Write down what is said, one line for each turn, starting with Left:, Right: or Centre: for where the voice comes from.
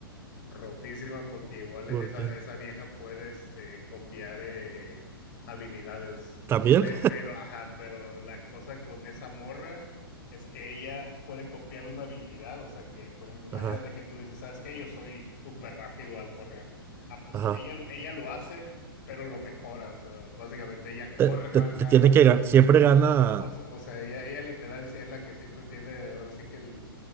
Left: Rotísima porque igual
Right: Porque
Left: esa, esa vieja puede este, copiar eh, habilidades.
Right: también,
Left: Pe- pero, ajá, pero la cosa con esa morra es que ella puede copiar una habilidad. O sea que, por ejemplo, imagínate
Right: ajá,
Left: que tú dices, ¿sabes qué? Yo soy súper rápido al correr. Ah, pues
Right: ajá.
Left: ella, lo- ella lo hace, pero lo mejora. O sea, básicamente ella corre
Right: Te,
Left: más
Right: te- te
Left: más
Right: tiene
Left: rápido
Right: que ganar,
Left: que tú.
Right: siempre gana
Left: O, o- o sea, ella, ella literal sí es la que siempre tiene, ahora sí que el,